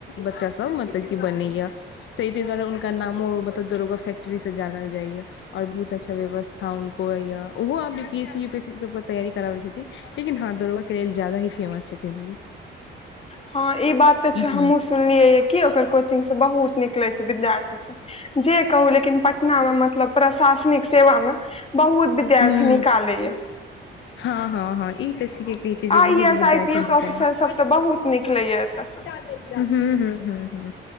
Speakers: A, on the left; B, on the left.
A: बच्चा सभ मतलब की बनै या त ई त कहलौं मो मतलब दरोगा फैक्ट्री से जानल जाइए और बहुत अच्छा व्यवस्था हुनको अय य ओहो आबि P S C U P S ई सबके तैयारी कराबै छथिन लेकिन हँ दड़ोगाके लेल जादा ही फेमस छथिन।
B: फ <inaudible> हँ ई बात तऽ
A: उहूँ
B: छैय हमहुँ सुनलियै य कि ओकर कोचिंग से बहुत निकलै छैय विद्यार्थी सब। जे कहू लेकिन पटना मे मतलब प्रशासनिक सेवा मे बहुत विद्यार्थी
A: हूँ
B: निकाल लै या
A: हँ हँ के कहै छियई जे
B: आई
A: बहुत
B: ए एस
A: विद्यार्थी
B: आई पी एस
A: निकालि
B: ऑफिसर सब तऽ बहुत निकलैया एतय से
A: लै या। हूं हूं हूं हूं